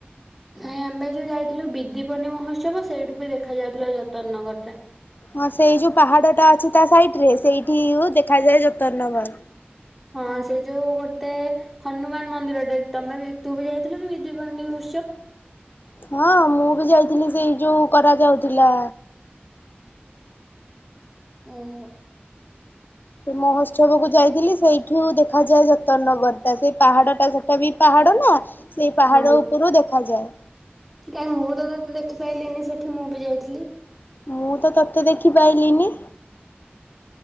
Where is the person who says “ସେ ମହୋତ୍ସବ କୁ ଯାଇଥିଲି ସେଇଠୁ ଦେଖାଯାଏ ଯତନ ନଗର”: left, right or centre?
Left